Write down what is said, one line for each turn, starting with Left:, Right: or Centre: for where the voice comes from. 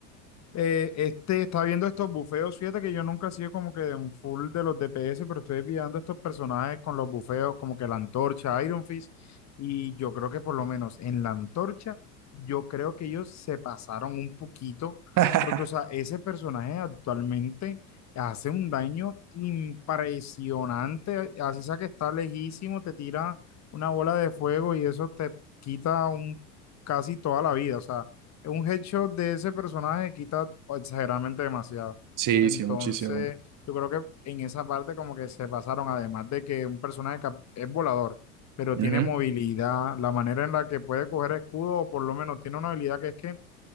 Left: eh, este está viendo estos bufeos. Fíjate que yo nunca he sido como que un full de los DPS, pero estoy viendo estos personajes con los bufeos, como que la antorcha, Iron Fist. Y yo creo que por lo menos en la antorcha, yo creo que ellos se pasaron un poquito,
Right: <laughs>
Left: porque, o sea, ese personaje actualmente hace un daño impresionante. Así sea que está lejísimo, te tira una bola de fuego y eso te quita un, casi toda la vida. O sea, un headshot de ese personaje quita exageradamente demasiado.
Right: Sí,
Left: Entonces,
Right: sí, muchísimo.
Left: yo creo que en esa parte como que se pasaron, además de que un personaje cap- es volador, pero
Right: Ujú.
Left: tiene movilidad, la manera en la que puede coger escudo, o por lo menos tiene una habilidad que es que